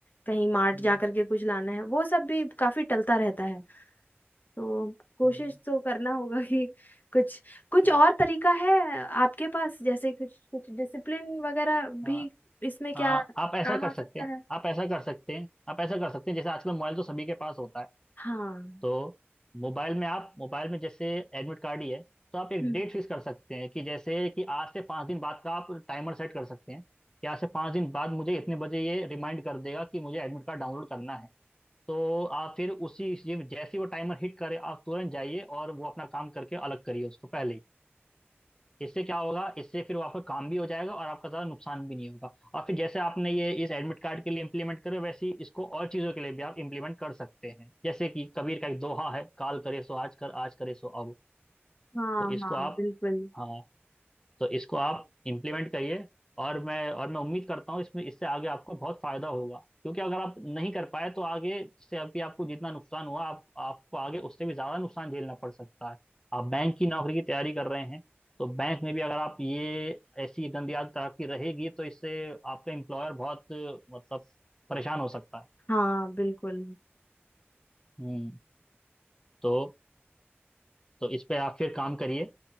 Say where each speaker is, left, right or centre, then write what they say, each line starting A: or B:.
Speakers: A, on the left; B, on the left.
A: कहीं मार्ट
B: हम्म
A: जा करके कुछ लाना है वो सब भी काफी टलता रहता है तो कोशिश
B: हम्म,
A: तो करना होगा <laughs> कि कुछ कुछ
B: हम्म।
A: और तरीका है आपके पास जैसे कुछ कुछ डिसिप्लिन वगैरह भी
B: हाँ
A: इसमें क्या
B: हाँ, आप ऐसा
A: काम
B: कर
A: आ
B: सकते
A: सकता
B: हैं
A: है
B: आप ऐसा कर सकते हैं आप ऐसा कर सकते हैं जैसे आजकल मोबाइल तो सभी के पास होता है
A: हाँ
B: तो मोबाइल में आप मोबाइल में जैसे एडमिट कार्ड ही है तो आप एक
A: हम्म,
B: डेट फिक्स कर सकते हैं कि जैसे कि आज से पाँच दिन बाद का आप टाइमर सेट कर सकते हैं कि आज से पाँच दिन बाद मुझे इतने बजे ये रिमाइंड कर देगा कि मुझे एडमिट कार्ड डाउनलोड करना है तो आप फिर उसी जैसे ही वो टाइमर हिट करे आप तुरंत जाइए और वो अपना काम करके अलग करिए उसको पहले ही इससे क्या होगा इससे फिर वो आपका काम भी हो जाएगा और आपका ज़्यादा नुकसान भी नहीं होगा और फिर जैसे आपने ये इस एडमिट कार्ड के लिए इम्प्लीमेंट करे वैसे ही इसको और चीज़ों के लिए भी आप इम्प्लीमेंट कर सकते हैं जैसे कि कबीर का एक दोहा है काल करे सो आज कर आज करे सो अब
A: हाँ
B: तो इसको
A: हाँ
B: आप
A: बिल्कुल
B: हाँ तो इसको आप इम्प्लीमेंट करिए और मैं और मैं उम्मीद करता हूँ इसमें इससे आगे आपको बहुत फायदा होगा क्योंकि अगर आप नहीं कर पाए तो आगे जैसे अभी आपको जितना नुकसान हुआ आप आपको आगे उससे भी ज्यादा नुकसान झेलना पड़ सकता है आप बैंक की नौकरी की तैयारी कर रहे हैं तो बैंक में भी अगर आप ये ऐसी गंदी आदत आपकी रहेगी तो इससे आपका एम्प्लॉयर बहुत मतलब परेशान हो सकता है
A: हाँ बिल्कुल
B: हम्म तो तो इस पे आप फिर काम करिए